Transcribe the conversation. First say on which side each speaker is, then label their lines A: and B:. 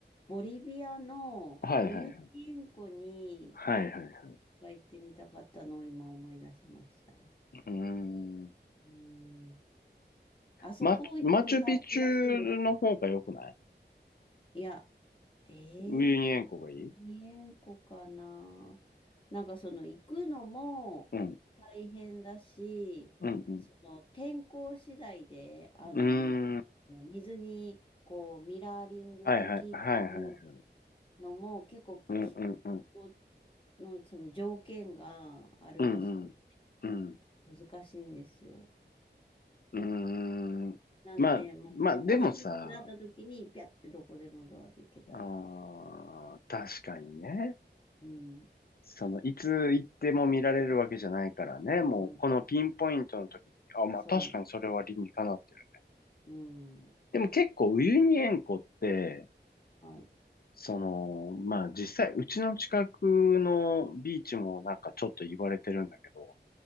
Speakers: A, on the left; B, on the left.
A: ボリビアのウユニ塩湖に
B: はいはいはい。はいはいは
A: 一回行ってみたかったのを今思い出しました。
B: い。うーん。
A: うん。あそこ行くの大変らしいんですよ。
B: マ、マチュピチュの方が良くない
A: いや、え
B: ウユニ塩湖がいい
A: え2円個かな。なんかその行くのも大変だし、
B: うん、うん、うん。
A: その天候次第で、あの、
B: うー
A: なんていうの、
B: ん、
A: 水にこうミラーリングできる
B: はいはい、はいはい。
A: のも結構気
B: うん、うん、うん、
A: 候のその条件があるらしくて、
B: うん、うん、うん。
A: 難しいんですよ。
B: うーん。
A: なんで、
B: まあ、
A: もう、
B: まあ、
A: もうこの日ってなった時に、
B: でもさ、
A: ピャってどこでもドアで行けたら。
B: あー、確かにね。
A: うん。
B: その、いつ行っても見られるわけじゃないからね。
A: そうなんですよ。
B: もう、このピンポイントの時に、あ、まあ確かにそれは理にかなってる。
A: そううん。
B: でも結構、ウユニ塩湖って、
A: はい。
B: その、まあ実際、うちの近くのビーチもなんかちょっと言われてるんだけど、